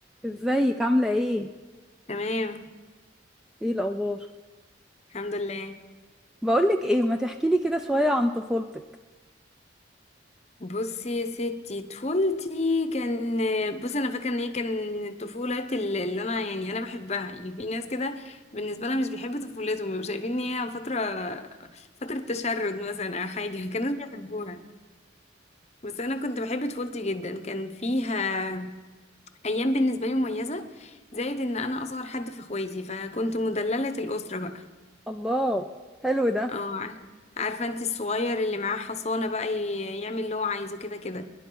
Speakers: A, in the centre; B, on the left.
A: ازيك عاملة ايه؟
B: تمام
A: ايه الأخبار؟
B: الحمد لله
A: بقولك ايه ما تحكيلي كده شوية عن طفولتك
B: بصي يا ستي طفولتي كان بصي انا فاكره ان هي كان طفولات اللي اللي انا يعني انا بحبها يعني في ناس كده بالنسبه لها مش بيحبوا طفولتهم بيبقوا شايفين ان هي فتره فتره تشرد مثلا او حاجه <laughs> كانوا بيحبوها بس انا كنت بحب طفولتي جدا كان فيها ايام بالنسبه لي مميزه زائد ان انا اصغر حد في اخواتي فكنت مدلله الاسره بقى
A: الله حلو ده
B: اه عارفه انت الصغير اللي معاه حصانه بقى ي- يعمل اللي هو عايزه كده كده